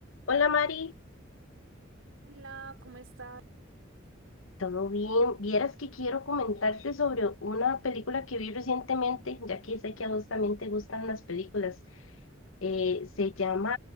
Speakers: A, on the left; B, on the right.
A: Hola Mari,
B: Hola, ¿cómo estás?
A: ¿todo bien? Vieras que quiero comentarte sobre una película que vi recientemente, ya que sé que a vos también te gustan las películas. Eh, se llama